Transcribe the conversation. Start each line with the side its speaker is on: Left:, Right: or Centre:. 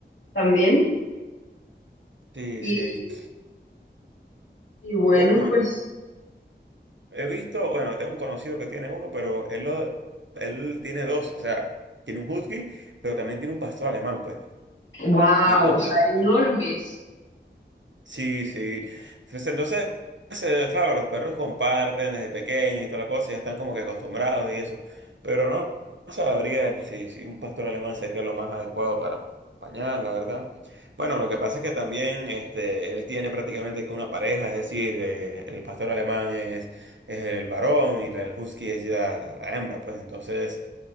Left: también,
Right: sí,
Left: y,
Right: sí. sí.
Left: y bueno,
Right: Bueno,
Left: pues,
Right: he visto, bueno, tengo un conocido que tiene uno, pero él, lo, él tiene dos, o sea, tiene un husky, pero también tiene un pastor alemán, pues.
Left: wow,
Right: Y entonces,
Left: o sea, enormes.
Right: eh, sí, sí. Pues entonces, eh, claro, los perros comparten desde pequeños y toda la cosa, ya están como que acostumbrados y eso. Pero no, no sabría si, si un pastor alemán sería lo más adecuado para acompañar, la verdad. Bueno, lo que pasa es que también este, él tiene prácticamente una pareja, es decir, eh, el pastor alemán es, es el varón y la, el husky es ya la, la hembra, pues entonces